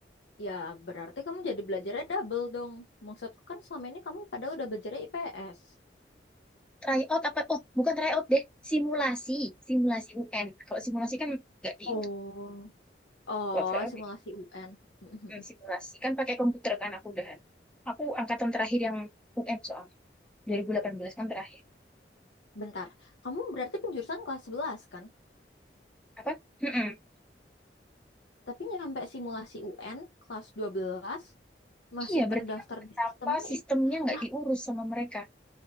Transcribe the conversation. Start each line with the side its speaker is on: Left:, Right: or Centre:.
Left: ya berarti kamu jadi belajarnya double dong. Maksudku kan selama ini kamu pada udah belajarnya IPS.
Centre: tryout apa oh bukan tryout deh simulasi simulasi UN kalau simulasi kan nggak di
Left: Oh,
Centre: itu
Left: Oh,
Centre: kalau tryout
Left: simulasi
Centre: jadi
Left: UN. <laughs>
Centre: hmm, simulasi kan pakai komputer kan aku udahan aku angkatan terakhir yang UN soalnya 2018 kan terakhir
Left: Bentar, kamu berarti penjurusan kelas 11 kan?
Centre: Apa? Mm-mm.
Left: Tapi nyampe simulasi UN kelas 12 masih
Centre: Iya, berarti
Left: terdaftar
Centre: kan betapa
Left: di sistemnya
Centre: sistemnya
Left: IP.
Centre: nggak
Left: Lah,
Centre: diurus sama mereka.